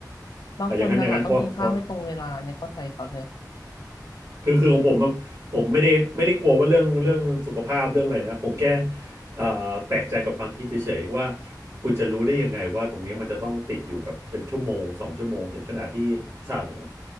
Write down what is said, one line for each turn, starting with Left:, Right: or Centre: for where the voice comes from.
Left: บางคนนะคะต้องกินข้าวให้ตรงเวลาเนี่ยเข้าใจเขาเลย
Right: อ่ะอย่างนั้นอย่างนั้นพอพอคือคือของผมอะผมไม่ได้ไม่ได้กลัวว่าเรื่องเรื่องสุขภาพเรื่องอะไรนะผมแค่อ่าแปลกใจกับความคิดเฉยๆว่าคุณจะรู้ได้ยังไงว่าตรงนี้มันจะต้องติดอยู่แบบเป็นชั่วโมงสองชั่วโมงถึงขนาดที่สั่ง